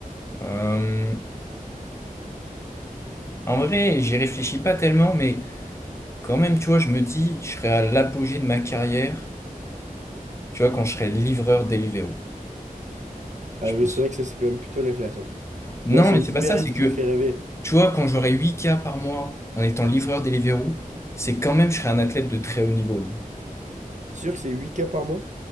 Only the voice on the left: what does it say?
Euh, en vrai, j'y réfléchis pas tellement, mais quand même, tu vois, je me dis, je serai à l'apogée de ma carrière, tu vois, quand je serai livreur Deliveroo,
je
pense.
Non,
mais c'est
pas ça, c'est
que
Tu vois, quand j'aurai huit k par mois en étant livreur Deliveroo, c'est quand même, je serai un athlète de très haut niveau, non?